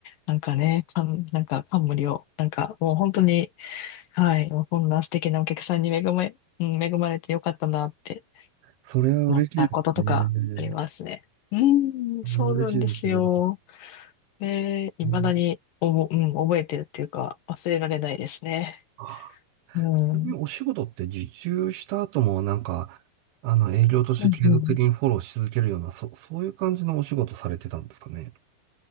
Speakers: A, on the left; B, on the right.
A: なんかね、感、なんか感無量、なんかもう本当に、はい、もうこんな素敵なお客さんに恵まれ、うん恵まれてよかったなって
B: それは嬉しいですね。
A: 思ったこととかありますね。うん、
B: それは嬉しいですね。
A: そうなんですよ。で、未だにおぼ、
B: <laughs> うん
A: うん、覚えてるっていうか忘れられないですね。
B: あ、
A: うん。
B: ちなみにお仕事って受注した後もなんか、あの、営業として継続的にフォローし続けるような、
A: うんうん
B: そ、そういう感じのお仕事されてたんですかね。